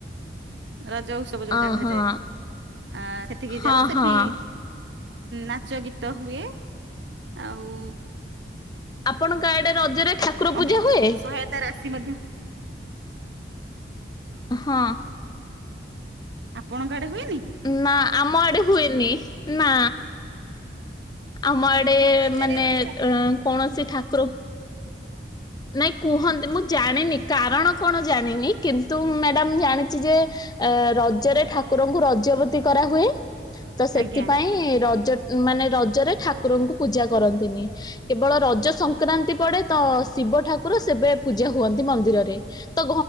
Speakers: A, on the right; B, on the left.
A: ରଜ ଉତ୍ସବ ଯୋଉଟା
B: ଅ
A: କୁହାଯାଏ
B: ହଁ
A: ଆ ସେଠିକି
B: ହଁ
A: ଯାଉ ସେଠି
B: ହଁ।
A: ନାଚ ଗୀତ ତ ହୁଏ ଆଉ
B: ଆପଣଙ୍କ ଆଡେ ରଜରେ ଠାକୁର
A: କ
B: ପୂଜା ହୁଏ?
A: ସହାୟତା ରାଶି ମଧ୍ୟ
B: ହଁ।
A: ଆପଣଙ୍କ ହୁଏନି କି?
B: ନା ଆମ ଆଡେ ହୁଏନି ନା। ଆମ ଆଡେ
A: ଏଇ ରଜରେ
B: ମାନେ
A: କଣ
B: ଅ
A: ଠା
B: କୌଣସି ଠାକୁର ନାଇଁ କୁହନ୍ତି ମୁଁ ଜାଣିନି କାରଣ କଣ ଜାଣିନି କିନ୍ତୁ ମ୍ୟାଡାମ ଜାଣିଛି ଯେ ରଜରେ ଠାକୁରଙ୍କୁ ରଜବତୀ କରାହୁଏ। ତ ସେଥିପାଇଁ
A: ଆଜ୍ଞା
B: ରଜ ମାନେ ରଜରେ ଠାକୁରଙ୍କୁ ପୂଜା କରନ୍ତିନି କେବଳ ରଜ ସଂକ୍ରାନ୍ତି ପଡେ ତ ଶିବ ଠାକୁର ସେବେ ପୂଜା ହୁଅନ୍ତି ମନ୍ଦିରରେ ତ